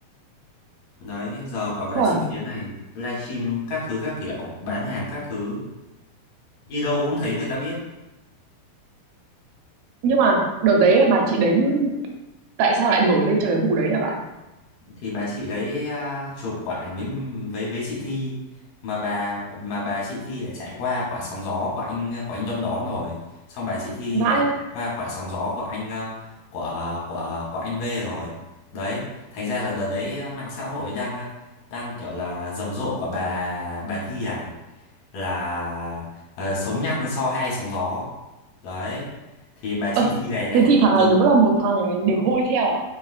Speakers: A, on the left; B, on the right.
A: Đấy, giờ quả bà
B: chuẩn
A: chị Phiến này livestream các thứ các kiểu, bán hàng các thứ, đi đâu cũng thấy người ta biết.
B: nhưng mà đợt đấy bà chị đấy tại sao lại nổi lên cho cái vụ đấy à bạn
A: thì bà chị đấy à, chụp quả ảnh với với với chị Thi mà bà mà bà chị Thi lại trải qua quả sóng gió của anh của anh Đom Đóm rồi xong bà chị Thi
B: vãi
A: lại trải qua quả sóng gió của anh à, của của của anh V rồi đấy thành ra là đợt đấy à, mạng xã hội đang à, đang kiểu là rầm rộ của bà bà Thi này là ờ, sống nhăn sau hai sóng gió đấy thì bà chị
B: ờ,
A: Thi này lại
B: thế thì thằng này
A: chụp
B: đúng là một thằng để hôi theo à